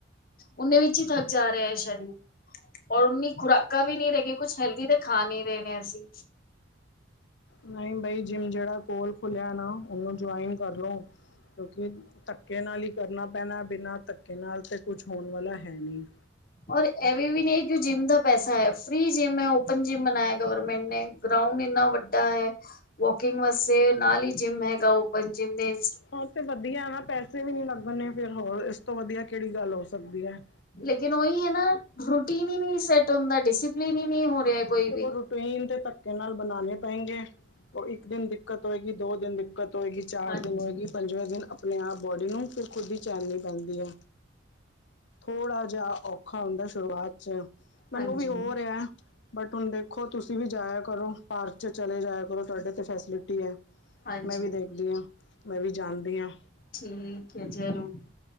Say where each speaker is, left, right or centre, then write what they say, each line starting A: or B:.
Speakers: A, on the left; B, on the left.
A: ਓਨੇ ਵਿਚ ਹੀ ਥਕ ਜਾ ਰਿਹਾ ਹੈ। ਸ਼ਰੀਰ- ਔਰ ਉਨੀ ਖੁਰਾਕਾਂ ਵੀ ਨਹੀ ਰਹਿ ਗ ਕੁਛ ਹੈਲਦੀ ਤੇ ਖਾ ਨੀ ਰਹੇ ਨੇ ਅਸੀ।
B: ਨਹੀ ਬਾਈ ਜਿਮ ਜਿਹੜਾ ਕੋਲ ਖੁੱਲਿਆ ਨਾ ਉਹਨੂੰ ਜੁਆਇਨ ਕਰ ਲਉ। ਕਿਉਕਿ ਧੱਕੇ ਨਾਲ ਹੀ ਕਰਨਾ ਪੈਣਾ ਬਿਨਾ ਧੱਕੇ ਨਾਲ ਤਾਂ ਕੁਛ ਹੋਣ ਵਾਲਾ ਹੈ ਨਹੀ।
A: ਔਰ ਇਹਵੇ ਵੀ ਨਹੀ ਕਿ ਜਿਮ ਦਾ ਪੈਸਾ ਹੈ। ਫ੍ਰਰੀ ਜਿੰਮ ਹੈ। ਓਪਨ ਜਿਮ ਬਣਾਇਆ ਗਵਰਮੈਂਟ ਨੇ ਗਰਾਉਡ ਇਨਾ ਵਡਾ ਹੈ। ਵੋਕਿੰਗ ਮਸ ਨਾਲ ਹੀ ਜਿਮ ਹੈਗਾ ਓਪਨ ਜਿੰਮ ਦੇ ਇ
B: ਹਾਂ ਤੇ ਵਧੀਆ ਪੈਸੇ ਵੀ ਨੀ ਲਗਨੇ ਫਿਰ ਹੋਰ ਇਸ ਤੋਂ ਵਧੀਆ ਕਿਹੜੀ ਗੱਲ ਹੋ ਸਕਦੀ ਹੈ।
A: ਲੇਕਿਨ ਉਹੀ ਹੈ। ਨਾ ਰੂਟੀਨ ਹੀ ਨਹੀ ਸੈਟ ਹੁਦਾ ਡਿਸਿਪਲਨ ਹੀ ਨਹੀ ਹੋ ਰਿਹਾ। ਕੋਈ ਵੀ
B: ਰੂਟੀਨ ਦੇ ਧੱਕੇ ਨਾਲ ਬਣਾਉਣੇ ਪੈਗੇ ਉਹ ਇੱਕ ਦਿਨ ਦਿੱਕਤ ਹੋਏਗੀ ਦੋ ਦਿਨ ਦਿੱਕਤ ਦਿੱਕਤ ਹੋਏਗੀ ਚਾਰ
A: ਹਾਂਜੀ
B: ਦਿਨ ਹੋਏਗੀ ਪੰਜਵੇਂ ਦਿਨ ਆਪਣੇ ਆਪ ਬੋਡੀ ਨੂੰ ਫਿਰ ਖੁਦ ਹੀ ਚੈਨ ਜੀ ਪੈਂਦੀ ਹੈ। ਥੋੜਾ ਜਿਹਾ ਔਖਾ ਹੁੰਦੈ ਸ਼ੁਰੂਆਤ ਚ
A: ਹਾਂਜੀ
B: ਮੈਨੂੰ ਵੀ ਹੋਰ ਰਿਹਾਂ ਬਟ ਹੁਣ ਦੇਖੋ ਤੁਸੀਂ ਵੀ ਜਾਇਆ ਕਰੋ ਪਾਰਕ ਚਲੇ ਜਾਇਆ ਕਰੋ ਤੁਹਾਡੇ ਤੇ ਫੈਸਿਲਿਟੀ ਹੈ।
A: ਹਾਂਜੀ
B: ਮੈਂ ਵੀ ਦੇਖਦੀ ਹਾਂ ਮੈਂ ਵੀ ਜਾਂਦੀ ਹਾਂ।
A: ਠੀਕ ਹੈ ਜ਼ਰੂਰ,